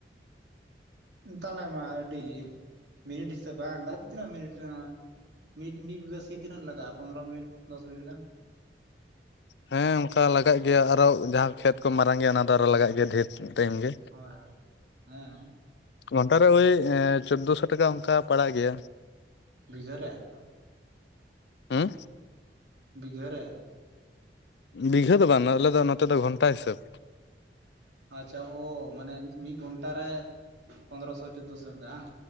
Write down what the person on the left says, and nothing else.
ᱦᱮᱸ ᱚᱝᱠᱟ ᱞᱟᱜᱟᱜ ᱜᱮᱭᱟ ᱟᱨᱦᱚ ᱡᱟᱦᱟᱸ ᱠᱷᱮᱛ ᱠᱚ ᱢᱟᱨᱟᱝ ᱜᱮᱭᱟ ᱚᱱᱟ ᱫᱚ ᱟᱨᱚ ᱞᱟᱜᱟᱜ ᱜᱮᱭᱟ ᱰᱷᱮᱨ ᱴᱟ. ᱭᱤᱢ ᱜᱮ᱾
ᱜᱷᱚᱱᱴᱟᱨᱮ ᱩᱭ ᱪᱚᱫᱽᱫᱚ ᱥᱚ ᱴᱟᱠᱟ ᱚᱝᱠᱟ ᱯᱟᱲᱟᱜ ᱜᱮᱭᱟ᱾
ᱦᱩᱸ
ᱵᱤᱜᱷᱟᱹ ᱫᱚ ᱵᱟᱝ ᱟᱞᱮᱫᱚ ᱱᱚᱛᱮ ᱫᱚ ᱜᱷᱚᱱᱴᱟ ᱦᱤᱥᱟᱹᱵᱽ᱾